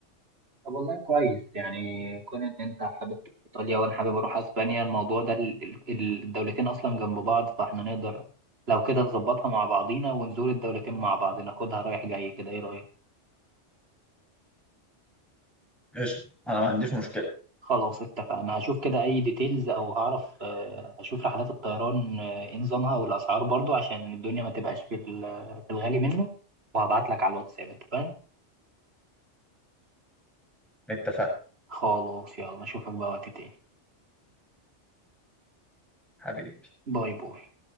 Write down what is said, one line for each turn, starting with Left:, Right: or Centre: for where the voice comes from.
Right: طب والله كويس يعني كون ان انت حابب تروح ايطاليا وانا حابب اروح اسبانيا الموضوع ده ال- ال- الدولتين اصلا جنب بعض فاحنا نقدر لو كده نظبطها مع بعضينا ونزور الدولتين مع بعض ناخدها رايح جاي كده ايه رايك
Centre: قشطة أنا ما عنديش مشكلة
Right: خلاص اتفقنا هشوف كده اي ديتيلز او هعرف آه، هشوف رحلات الطيران آه، ايه نظامها والاسعار برضو عشان الدنيا ما تبقاش في ال- في الغالي منه وهبعت لك على الواتساب اتفقنا
Centre: اتفقنا
Right: خلاص يلا اشوفك بقى وقت تاني
Centre: حبيبي
Right: باي باي